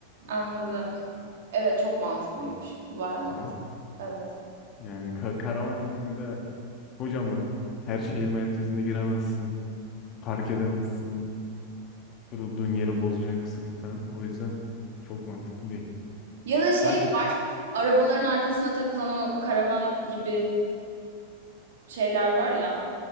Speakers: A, on the right (about 55°); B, on the left (about 35°).
A: Anladım. Evet çok mantıklıymış. Baya mantıklı.
B: Değil mi?
A: Evet.
B: Yani ka- karavan çünkü bir de kocaman. Her şehir merkezine giremezsin. Park edemezsin. Durulduğun yeri bozacaksın falan. O yüzden çok mantıklı değil.
A: Ya da şey
B: Daha...
A: var. Arabaların arkasına takılan o karavan gibi şeyler var ya.